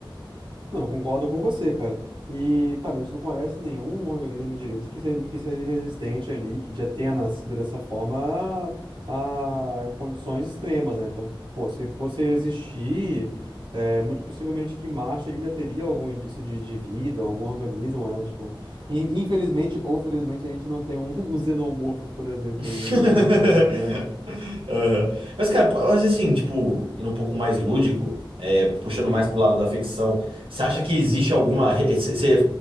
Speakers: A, on the right; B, on the right.
A: Não, eu concordo com você, cara. E, cara, a gente não conhece nenhum organismo direito que seja, que seja resistente ali, que já tenha nascido dessa forma a, a condições extremas, né? Então, pô, se fosse existir, é, muito possivelmente que Marte ainda teria algum indício de, de vida, algum organismo, né? Tipo, in- infelizmente ou felizmente a gente não tem um, <laughs> um xenomorfo, por exemplo,
B: <laughs>
A: aí em algum canto, né?
B: Aham. Mas, cara, pô, mas assim, tipo, indo um pouco mais lúdico, é, puxando
A: Sim.
B: mais pro lado da ficção, você acha que existe alguma. re- Cê, cê-